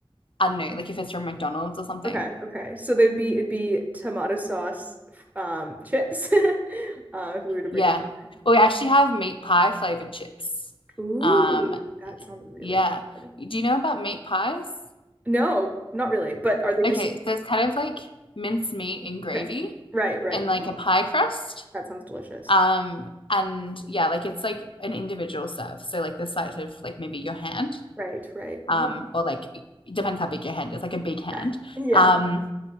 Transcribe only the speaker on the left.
I don't know, like if it's from McDonald's or something.
Yeah.
Or we actually have meat pie flavored chips.
Um,
Yeah.
Do you know about meat pies?
Okay, so it's kind of like minced meat and gravy
and like
a pie crust.
Um, and yeah, like it's like an individual serve. So like the size of like maybe your hand,
um,
or like it depends how big your hand is, like a big hand.
Um,